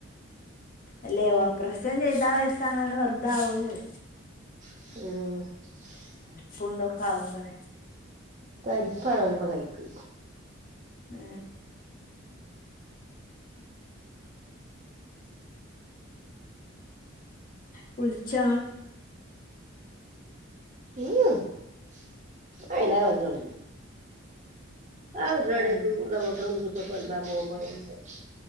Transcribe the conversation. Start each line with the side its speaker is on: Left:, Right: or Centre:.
Left: അല്ലെ ഓപ്പറേഷൻ ചെയ്താ വ്യസങ്ങന്ന് വറുതാവോ ചോദ
Right: <unintelligible>
Left: പണ്ടൊക്കാവും പറ
Right: തരിപ്പ എന്നള ഇപ്പൊ കൈക്ക്
Left: ഉം കുൾച്ച
Right: ഉംല്ലരും വന്നട്ടവിള ആ കുട്ടടേക്ക
Left: ഏഹ്
Right: നമ്മത്ര ഒ കുട്ടോക്ക ബാമ എ <unintelligible>